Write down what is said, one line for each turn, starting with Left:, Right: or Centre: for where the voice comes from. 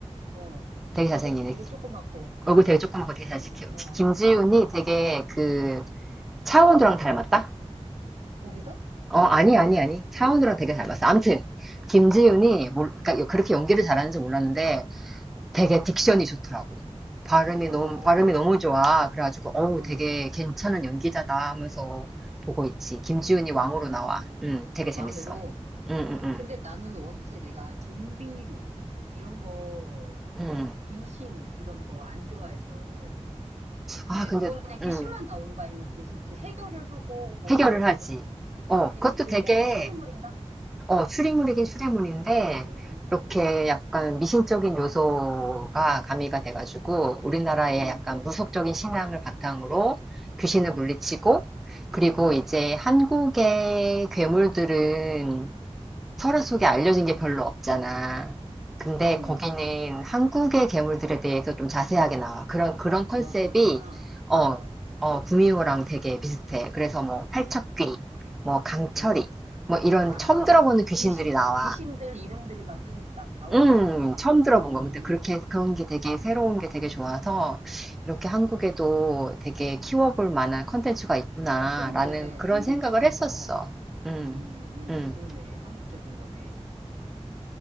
Right: 어,
Centre: 되게
Right: 얼굴
Centre: 잘생기네.
Right: 되게 조그맣고,
Centre: 얼굴 되게 조그맣고 되게
Right: 어,
Centre: 잘생겨.
Right: 어,
Centre: 김지훈이 되게 그, 차은우랑 닮았다?
Right: 거기서?
Centre: 어, 아니, 아니, 아니. 차은우랑 되게 닮았어. 아무튼, 김지윤이,
Right: 어,
Centre: 뭘, 그러니까 그렇게
Right: 응,
Centre: 연기를 잘하는지 몰랐는데, 되게 딕션이 좋더라고. 발음이
Right: 어,
Centre: 너무, 발음이 너무 좋아. 그래가지고, 어우,
Right: 응,
Centre: 되게 괜찮은 연기자다 하면서 보고 있지. 김지윤이 왕으로
Right: 어,
Centre: 나와. 음, 되게 재밌어.
Right: 왕으로.
Centre: 음, 음,
Right: 근데 나는 원체 내가 좀비류, 이런 거,
Centre: 음. 음.
Right: 귀신, 이런 거 안 좋아해서. 근데
Centre: 아, 근데,
Right: 그거는 그냥 귀신만
Centre: 음,
Right: 나오는 거 아니면 무슨 무슨 해결을 하고 뭐
Centre: 해결을
Right: 이러는
Centre: 하지.
Right: 거야?
Centre: 어,
Right: 해,
Centre: 그것도
Right: 그
Centre: 되게,
Right: 약간 추리물인가?
Centre: 어, 추리물이긴 추리물인데,
Right: 음,
Centre: 이렇게
Right: 음,
Centre: 약간 미신적인 요소가 가미가 돼가지고, 우리나라의
Right: 음,
Centre: 약간 무속적인 신앙을 바탕으로 귀신을
Right: 음,
Centre: 물리치고, 그리고
Right: 음,
Centre: 이제 한국의 괴물들은 서로 속에 알려진 게 별로 없잖아. 근데
Right: 음.
Centre: 거기는 한국의 괴물들에 대해서 좀 자세하게 나와. 그런, 그런 컨셉이,
Right: 어, 그렇구나.
Centre: 어,
Right: 어.
Centre: 어, 구미호랑 되게 비슷해. 그래서 뭐,
Right: 어,
Centre: 팔척귀, 뭐, 강철이,
Right: 어?
Centre: 뭐, 이런
Right: 아,
Centre: 처음 들어보는 귀신들이
Right: 귀신,
Centre: 나와.
Right: 귀신들 이름들이 막 좀 나오기도
Centre: 음,
Right: 하는구나.
Centre: 처음 들어본
Right: 음,
Centre: 거. 근데 그렇게, 그런 게 되게 새로운 게 되게 좋아서, 이렇게
Right: 어,
Centre: 한국에도 되게 키워볼 만한 컨텐츠가 있구나라는
Right: 어, 그러네.
Centre: 그런
Right: 한국적인
Centre: 생각을 했었어.
Right: 거.
Centre: 음,
Right: 음, 음,
Centre: 음.
Right: 그러네. 한국적인 거네.